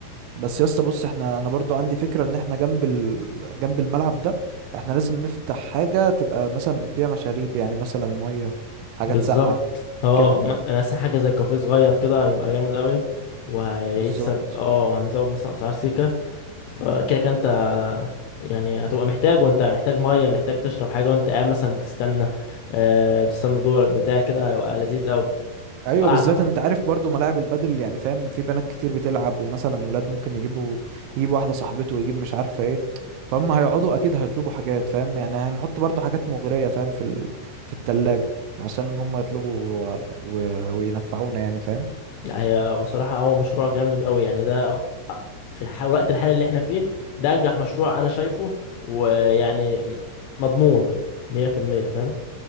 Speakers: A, on the right; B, on the left.
A: بس يسطا بص احنا انا برضو عندي فكرة ان احنا جنب ال... جنب الملعب ده احنا لازم نفتح حاجة تبقى مثلا بتبيع مشاريب يعني مثلا مية حاجات
B: بالظبط
A: ساقعة
B: اه
A: كده
B: م- مثلا حاجه زي كافيه صغير كده هيبقى جامد قوي وهيكسب
A: بالظبط
B: اه هنزود مثلا اسعار سيكا فكده كده انت يعني هتبقى محتاج وانت محتاج ميه محتاج تشرب حاجه وانت قاعد مثلا بتستنى آه تستنى دورك بتاع كده هيبقى لذيذ قوي
A: ايوه
B: وقاعده
A: بالذات
B: برضو
A: انت عارف برضو ملاعب البادل يعني فاهم في بنات كتير بتلعب ومثلا ولاد ممكن يجيبوا يجيب واحده صاحبته ويجيب مش عارفه ايه فهم هيقعدوا اكيد هيطلبوا حاجات فاهم يعني هنحط برضو حاجات مغريه فاهم في ال... في التلاجة عشان هم يطلبوا و... و... وينفعونا يعني فاهم
B: لا، هي بصراحه هو مشروع جامد قوي يعني ده أخ- في الح- الوقت الحالي اللي احنا فيه ده انجح مشروع انا شايفه ويعني م- مضمون 100% فاهم